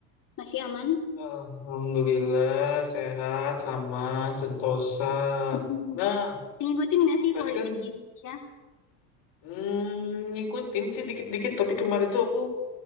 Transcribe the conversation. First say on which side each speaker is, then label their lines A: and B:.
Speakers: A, on the left; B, on the left.
A: Masih aman?
B: Alhamdulillah sehat, aman, sentosa.
A: <laughs>
B: Nah,
A: Ngikutin nggak sih
B: tadi
A: politik
B: kan
A: di Indonesia?
B: hmm, ngikutin sih dikit-dikit, tapi kemarin tuh aku